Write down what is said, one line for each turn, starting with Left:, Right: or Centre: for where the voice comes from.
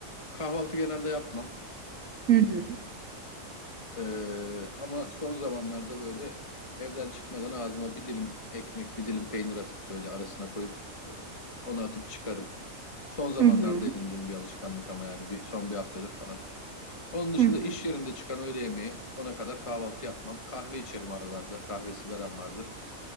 Left: Kahvaltı genelde yapmam.
Right: Hı hı.
Left: Ee, ama son zamanlarda böyle evden çıkmadan ağzıma bir dilim ekmek, bir dilim peynir atıp böyle arasına koyup e, onu atıp çıkarım. Son zamanlarda
Right: Hı hı.
Left: edindiğim bir alışkanlık ama yani bir, son bir haftadır falan. Onun dışında
Right: Hı hı.
Left: iş yerinde çıkan öğle yemeği, ona kadar kahvaltı yapmam. Kahve içerim aralarda. Kahve sigaram vardır.